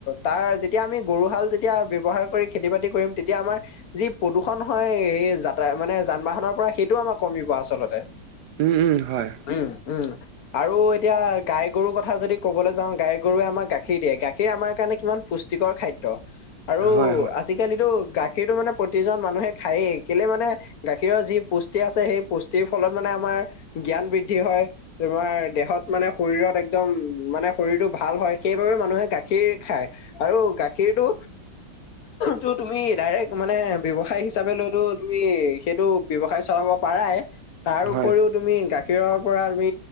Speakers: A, on the left (about 60°); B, on the right (about 70°).
A: তাৰ যেতিয়া আমি গৰু হাল যেতিয়া ব্যৱহাৰ কৰি খেতি বাতি কৰিম তেতিয়া আমাৰ যি। প্ৰদূষণ হয়। এই যাতা মানে যান বাহনৰ পৰা সেইটো আমাৰ কমিব আচলতে।
B: উম, উম, হয়।
A: <unintelligible> আৰু এতিয়া গাই গৰুৰ কথা যদি কবলৈ যাওঁ গাই গৰুৱে আমাক গাখীৰ দিয়ে গাখীৰ আমাৰ কাৰণে কিমান পুষ্টিকৰ খাদ্য আৰু
B: হয় হয়
A: আজিকালিতো গাখীৰতটো মানে প্ৰতিজন মানুহে খায়েই কেলে মানে গাখীৰৰ যি পুষ্টি আছে সেই পুষ্টিৰ ফলত আমাৰ। জ্ঞান বৃদ্ধি হয় তোমাৰ দেহত। মানে শৰীৰত একদম মানে শৰীৰটো ভাল হয়। সেইবাবে মানুহে গাখীৰ খায়। আৰু গাখীৰটো টো তুমি ডাইৰেক্ট মানে ব্যৱসায় হিচাপে লৈতো তুমি সেইটো ব্যৱসায় চলাব পাৰাই তাৰ
B: হয়
A: উপৰিও। তুমি গাখীৰৰ পৰা তুমি